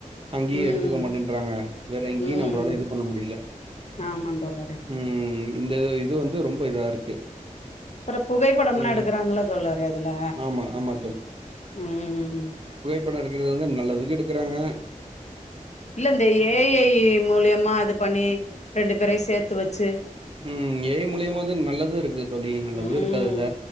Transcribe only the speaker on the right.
அங்கேயே
எடுத்துக்க மாட்டேன்றாங்க வேற எங்கேயு
நம்பளால இது பண்ண முடியுல
ம் இந்த இது வந்து ரொம்ப இதா இருக்கு
ம்
ஆமா ஆமா
படம் இருக்கிறது வந்து நல்லதுக்கு எடுக்குறாங்க
ம் ஏ ஐ மூலியமா வந்து நல்லது இருக்கு தோழி நல்லது
இருக்கு அதுல